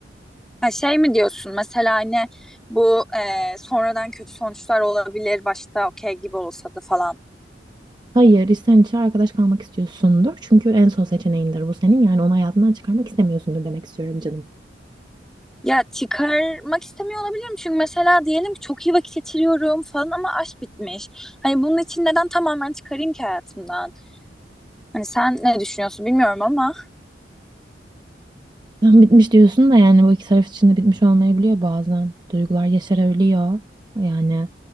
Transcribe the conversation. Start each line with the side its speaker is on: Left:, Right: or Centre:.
Centre: Ha şey mi diyorsun mesela hani bu e, sonradan kötü sonuçlar olabilir başta okey gibi olsa da falan.
Right: Hayır, içten içe arkadaş kalmak istiyorsundur. Çünkü en son seçeneğindir bu senin. Yani onu hayatından çıkarmak istemiyorsundur demek istiyorum canım.
Centre: Ya çıkarmak istemiyor olabilirim çünkü mesela diyelim ki çok iyi vakit geçiriyorum falan ama aşk bitmiş. Hani bunun için neden tamamen çıkarayım ki hayatımdan? Hani sen ne düşünüyorsun bilmiyorum ama
Right: Tam bitmiş diyorsun da yani bu iki taraf için de bitmiş olmayabiliyor bazen. Duygular yaşarabiliyor. Yani